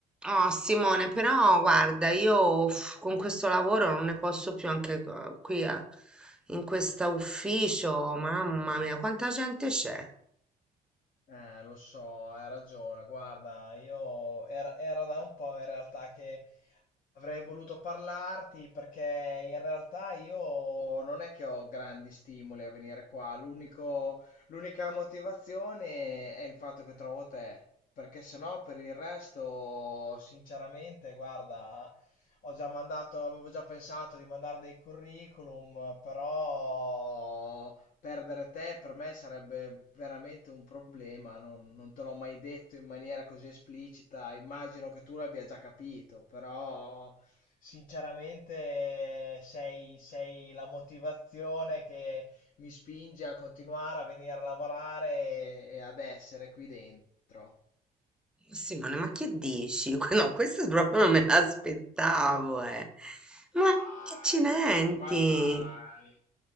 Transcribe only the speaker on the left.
Eh, lo so, hai ragione. Guarda, io era, era da un po' in realtà che avrei voluto parlarti perché in realtà io non è che ho grandi stimoli a venire qua. L'unico, l'unica motivazione è il fatto che trovo te. Perché se no, per il resto, sinceramente, guarda, ho già mandato, avevo già pensato di mandare dei curriculum, però. Perdere te per me sarebbe veramente un problema, non, non te l'ho mai detto in maniera così esplicita, immagino che tu l'abbia già capito, però sinceramente sei, sei la motivazione che mi spinge a continuare a venire a lavorare e, e ad essere qui dentro.
Dai,
ma dai.